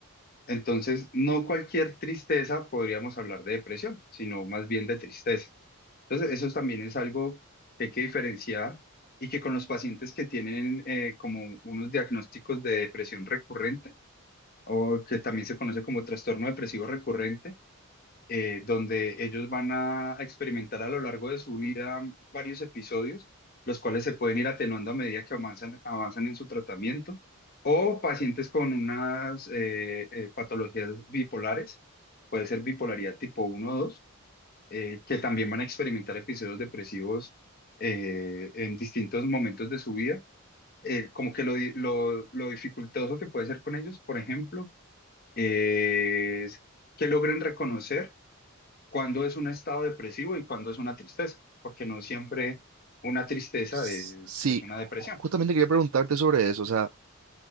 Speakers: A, on the left; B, on the right.
A: Entonces, no cualquier tristeza podríamos hablar de depresión, sino más bien de tristeza. Entonces, eso también es algo que hay que diferenciar y que con los pacientes que tienen eh, como unos diagnósticos de depresión recurrente o que también se conoce como trastorno depresivo recurrente, eh, donde ellos van a experimentar a lo largo de su vida varios episodios, los cuales se pueden ir atenuando a medida que avanzan, avanzan en su tratamiento, o pacientes con unas eh, eh, patologías bipolares, puede ser bipolaridad tipo uno o 2 eh, que también van a experimentar episodios depresivos eh, en distintos momentos de su vida. Eh, como que lo, di- lo, lo dificultoso que puede ser con ellos, por ejemplo, es que logren reconocer cuándo es un estado depresivo y cuándo es una tristeza, porque no siempre una tristeza
B: S-
A: es,
B: Sí,
A: es una
B: ju-
A: depresión.
B: justamente quería preguntarte sobre eso, o sea.